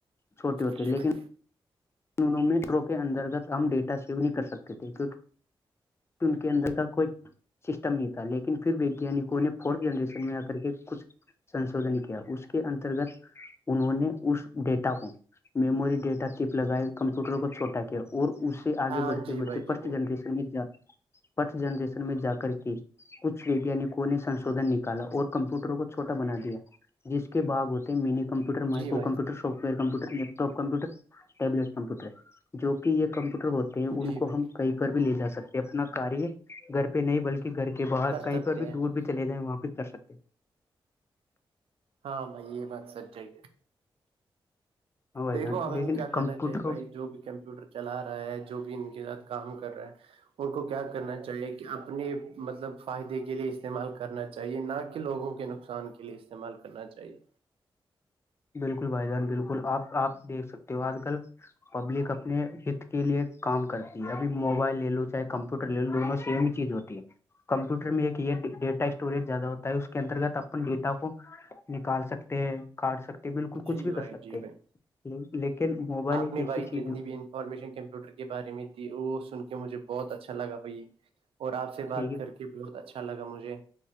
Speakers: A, on the left; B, on the right.
A: چھوٹی ہوتی
B: جی
A: لیکن
B: بھائی
A: دونوں میٹرو کے اندر کا کام ڈیٹا سیو نہیں کر سکتے تھے کیونکہ ان کے اندر کا کوئی سسٹم نہیں تھا لیکن پھر ویگیانکوں نے فورتھ جنریشن میں آ کر کے کچھ سنشوجن کیا اس کے انترگت انہوں نے اس ڈیٹا کو میموری ڈیٹا کے لگائے کمپیوٹر کو چوٹا کے اور اسے آگے
B: ہاں ہاں
A: بڑھتے
B: جی
A: بڑھتے
B: بھائی جی
A: فسٹ
B: بھائی
A: جنریشن فسٹ جنریشن میں جا کر کے کچھ ویگانکوں نے سنشوھن نکالا اور کمپیوٹروں کو چھوٹا بنا دیا جس کے باگ ہوتے مین کمپیٹر مائیکو
B: جی بھائی
A: computer software computer laptop computer tablet computer جو کہ یہ کمپیوٹر ہوتے ہیں ان
B: جی
A: کو
B: بھائی
A: ہم کئی پر بھی لے جا سکتے اپنا کاریہ گھر پہ نہیں بلکہ گھر کے باہر
B: کر
A: کہیں
B: سکتے
A: پر بھی
B: ہیں
A: دور بھی چلے جائیں وہاں بھی کر سکتے ہیں
B: ہاں بھائی یہ بات سچائے ہیں
A: ہاں بھائی
B: دیکھو
A: جان
B: اب
A: لیکن
B: ہمیں کیا کہنا
A: کمپیوٹر
B: چاہیے بھائی جو بھی کمپیوٹر چلا رہا ہے جو بھی ان کے ساتھ کام کر رہا ہے ان کو کیا کرنا چاہیے کہ اپنے مطلب فائدے کے لیے استعمال کرنا چاہیے نہ کہ لوگوں کے نقصان نقصان کے لیے استعمال کرنا چاہیے
A: بالکل بھائی جان بالکل آپ آپ دیکھ سکتے ہو آج کل پبلک اپنے ہت کے لیے کام کرتی ہے ابھی موبائل لے لو چاہے کمپیوٹر لے لو دونوں سیم چیز ہوتی ہے کمپیوٹر میں ایک یہ ڈیٹا اسٹوریج زیادہ ہوتا ہے اس کے انترگت اپنے ڈیٹا کو نکال سکتے ہیں کاٹ سکتے جی بالکل
B: جی
A: کچھ بھی
B: بھائی
A: کر سکتے
B: جی بھائی
A: ہیں لیکن موبائل
B: آپ
A: ایک
B: نے
A: ایسی
B: بھائی
A: چیز
B: جتنی بھی انفارمیشن کمپیوٹر کے بارے میں دی وہ سن کے مجھے بہت اچھا لگا بھائی اور آپ سے بات
A: ٹھیک ہے
B: کر کے بہت اچھا لگا مجھے